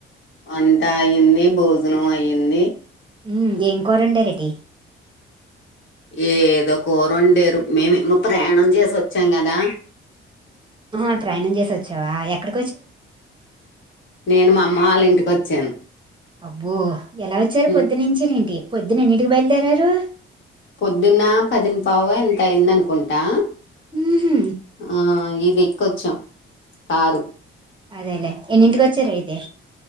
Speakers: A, on the left (about 60°); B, on the right (about 20°).
A: వంట అయింది భోజనం అయ్యింది
B: హమ్ ఏం కూర వండారేంటి
A: ఏదో కూరుండేరు మేమేమో ప్రయాణం చేసి వచ్చాం కదా
B: ఆ ప్రయాణం చేసొచ్చావా ఎక్కడ
A: నేను మా అమ్మ వాళ్ళ ఇంటికి వచ్చాను
B: అబ్బో ఎలా వచ్చారు
A: ఉమ్
B: పొద్దునుంచి నేంటి పొద్దున ఎన్నింటికి బయలుదేరారు
A: పొద్దున్న పదిం పావ్ ఎంత అయిందనుకుంటా
B: ఉహు
A: ఆ ఈ ఇది ఎక్కొచ్చాం కారు
B: అదేలే ఎన్నింటికి వచ్చారెంటి